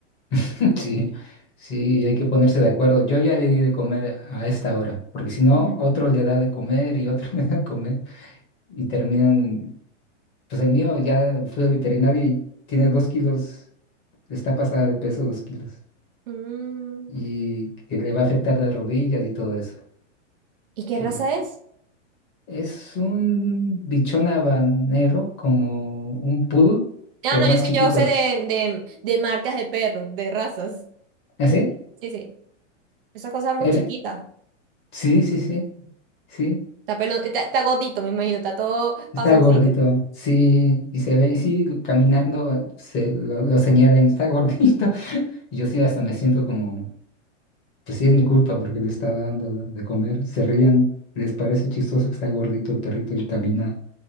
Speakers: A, on the left; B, on the right.
A: <laughs> Sí, sí, hay que ponerse de acuerdo. Yo ya le di de comer a esta hora, porque si no,
B: Ujú.
A: otro le da de comer y otro <laughs> le da de comer. Y terminan, pues el mío ya fui al veterinario y tiene dos kilos, está pasada de peso dos kilos.
B: Mm,
A: Y que le va a afectar las rodillas y todo eso.
B: ¿Y qué
A: Que
B: raza es?
A: es un bichón habanero, como un poodle,
B: Ah,
A: pero
B: no,
A: más
B: yo sé,
A: chiquito.
B: yo sé de, de, de marcas de perros, de razas.
A: ¿Así?
B: Sí, sí. Esas cosas muy
A: Era-
B: chiquitas.
A: Sí, sí, sí. Sí.
B: Está pelón, está, está gordito, me imagino, está todo
A: Está
B: pasoncito.
A: gordito, sí, y se ve, y sí, caminando se lo, lo señalan, está gordito. <laughs> Y yo sí hasta me siento como, pues sí es mi culpa porque le estaba dando de, de comer. Se ríen, les parece chistoso que está gordito el perrito y camina